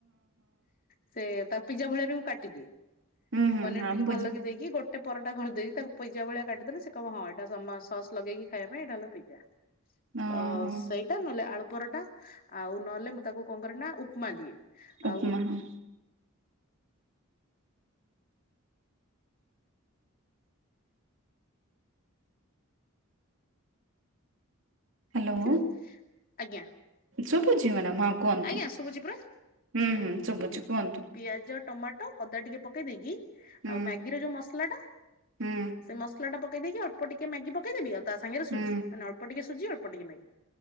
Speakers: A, on the left; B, on the right.
A: ସେଇଆ ତାକୁ ପିଜା ଭଳିଆ ବି ମୁଁ କାଟିଦିଏ।
B: ହୁଁ ହୁଁ
A: ପନିର୍
B: ହଁ
A: ଟିକେ
B: ବୁଝିବା
A: ଭଲ କି ଦେଇକି ଗୋ ଟେ ପରଟା କରଦେଇ ତାକୁ ପିଜା ଭଳିଆ କାଟିଦେଲେ ସେ କହିବ ହଁ ଏଟା ସମା ସସ୍ ଲଗେଇକି ଖାଇବା ପାଇଁ ଏଟା ହେଲା ପିଜା।
B: ଓହୋ
A: ତ ସେଇଟା ନହେଲେ ଆଳୁ ପରଟା। ଆଉ ନଲେ ମୁଁ ତାକୁ କଣ କରେ ନା ଉପୁମା ଦିଏ।
B: ଉପୁମା
A: ଆଉ
B: ହଁ। ହାଲୋ।
A: ଉଠିବି ଆଜ୍ଞା।
B: ଶୁବୁଚି ମ୍ୟାଡ଼ାମ୍ ହଁ କୁହନ୍ତୁ।
A: ଆଜ୍ଞା ଶୁଭୁଛି ପରା
B: ହୁଁ, ହୁଁ ଶୁବୁଛୁ କୁହନ୍ତୁ।
A: ପିଆଜ, ଟମାଟ ଅଦା ଟିକେ ପକେଇ ଦେଇକି
B: ହୁଁ
A: ଆଉ ମ୍ୟାଗି ର ଯୋଉ ମସଲା ଟା,
B: ହୁଁ
A: ସେ ମସଲା ଟା ପକେଇ ଦେଇକି ଅଳ୍ପ ଟିକେ ମ୍ୟାଗି ପକେଇଦେବି। ଆ ତା ସାଙ୍ଗରେ ସୁଜି,
B: ହୁଁ
A: ମାନେ ଅଳ୍ପ ଟିକେ ସୁଜି ଅଳ୍ପ ଟିକେ ମେ